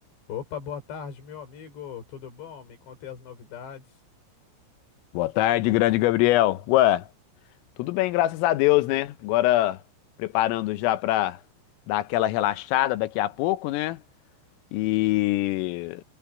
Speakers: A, on the left (about 55°); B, on the left (about 80°).
A: Opa, boa tarde, meu amigo. Tudo bom? Me contei as novidades.
B: Boa tarde, grande Gabriel. Ué, tudo bem, graças a Deus, né? Agora preparando já pra dar aquela relaxada daqui a pouco, né? E